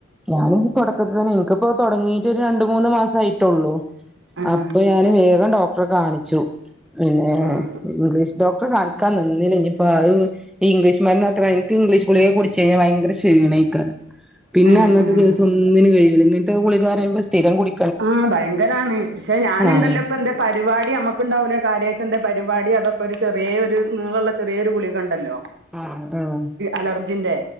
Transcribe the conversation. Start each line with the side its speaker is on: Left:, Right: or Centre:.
Centre: ഞാനിത് തുടക്കത്തിതന്നെ എനിക്കിപ്പോ തുടങ്ങീട്ട് ഒരു രണ്ട് മൂന്ന് മാ യിട്ടുള്ളൂ
Right: ഉം
Centre: അപ്പൊ ഞാന് വേഗം ഡോക്ടറെ കാണിച്ചു. പിന്നെ
Right: ഉം
Centre: ഇംഗ്ലീഷ് ഡോക്ടറെ കാണിക്കാൻ നിന്നില്ല ഇനിയിപ്പോ അത് ഇംഗ്ലിഷ്മരുന്നത്ര എനിക്ക് ഇംഗ്ലിഷ്ഗുളിക കുടിച്ചഴഞ്ഞാ ഭയങ്കര ഷീണ പിന്നെ
Right: ഉം
Centre: അന്നത്തെ
Right: ഉം ഉം
Centre: ദിവസം ഒന്നിനും കഴിയില്ല ഇങ്ങനത്തെ ഗുളികാന്ന് പറയുമ്പോ സ്ഥിരം കുടി
Right: ആഹ് ഭയങ്കരാണ് പക്ഷെ ഞാനുണ്ടല്ലോ
Centre: ആഹ്
Right: ഇപ്പെന്താ? പരിവാടി നമ്മക്ക്ണ്ടാവൂലേ കാര്യയിട്ട് എന്തെ പരിവാടി അതൊക്കെ ഒര് ചെറിയെരു നീളൊള്ള ചെറിയോരു ഗുളികയുണ്ടല്ലോ
Centre: ആഹ്
Right: അലർജിന്റെ